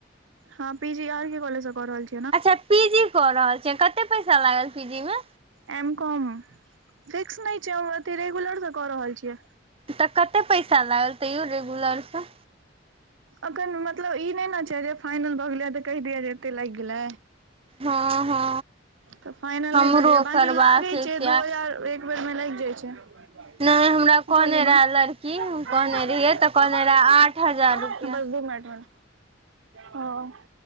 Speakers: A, on the right; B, on the right.
A: हँ पी जी आर के कॉलेज से कऽ रहल छी।
B: अच्छा पीजी कऽ रहल छियै कते पैसा लागल पीजी में।
A: एम कॉम फिक्स नहि छै हम अथि रेगुलर से क रहल छियै।
B: तऽ कते पैसा लागल तैयो रेगुलरसँ।
A: अखन मतलब ई नहि ने छै जे फाइनल भऽ गेले तऽ कहि दिया जे एते लागि गेले।
B: हँ हँ
A: तऽ फाइनल
B: हमरो
A: नहि भेले बाकिं
B: करबाक
A: लागै
B: अछि
A: छै
B: आ
A: दू हजार। घबरमे लागि जाइत छै
B: नहि हमरा
A: की कहलिये
B: कहने
A: मां,
B: रहए
A: सब
B: लड़की हम
A: खाई
B: कहने
A: ले बैसल
B: रहियै तऽ कहने रहए आठ हजार रुपैआ
A: छै। दू मिनट में हंऽ।